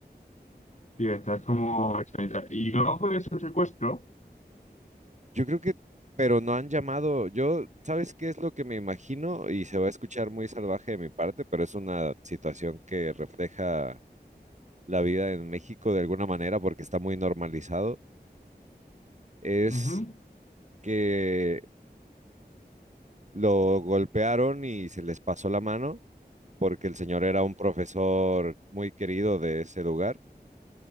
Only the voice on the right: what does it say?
yo creo que, pero no han llamado, yo, ¿sabes qué es lo que me imagino? Y se va a escuchar muy salvaje de mi parte, pero es una situación que refleja la vida en México de alguna manera porque está muy normalizado. Es
que lo golpearon y se les pasó la mano porque el señor era un profesor muy querido de ese lugar